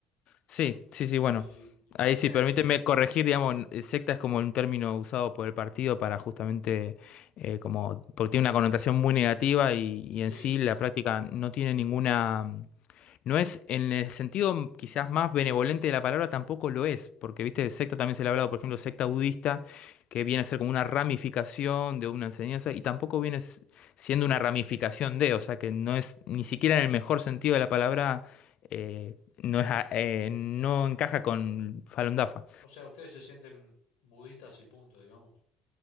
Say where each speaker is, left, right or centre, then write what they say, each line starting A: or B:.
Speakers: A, on the left; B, on the left.
A: Sí, sí, sí, bueno.
B: Y no
A: Ahí
B: tienen,
A: sí, permíteme corregir, digamos, n- secta es como un término usado por el partido para justamente, eh, como, porque tiene una connotación muy negativa y, y en
B: sí,
A: sí
B: sí.
A: la práctica no tiene ninguna No es, en el sentido quizás más benevolente de la palabra, tampoco lo es, porque, viste, de secta también se le ha hablado, por ejemplo, secta budista, que viene a ser como una ramificación de una enseñanza, y tampoco viene s- siendo una ramificación de, o sea, que no es, ni siquiera en el mejor sentido de la palabra, eh, no es, a- eh, no encaja con Falun Dafa.
B: O sea, ustedes se sienten budistas y punto, digamos.